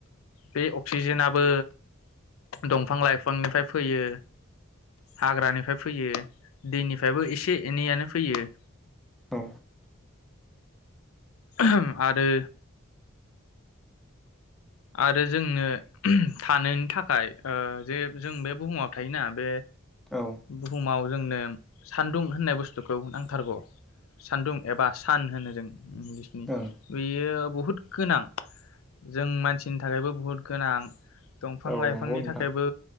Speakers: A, on the left (about 85°); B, in the centre.
A: बे अक्सिजेनाबो दंफां-लाइफांनिफ्राय फैयो, हाग्रानिफ्राय फैयो दैनिफ्रायबो एसे एनैयानो फैयो।
B: औ‌
A: आहाम आरो आरो जोंनो ओहोम थानोनो थाखाय ओ जे जों बे बुहुमाव थायोना बे
B: औ
A: बुहुमाव जोंनो सान्दुं होननाय बुस्थुखौ नांथारगौ सान्दुं एबा सान होनो जों इंलिसनि
B: ओं
A: बेयो बु हुद गोनां जों मान सिनि थाखायबो बुहुत गोनां दंफां
B: औ
A: लाइफांनि
B: नंगौ नोंथां
A: थाखायबो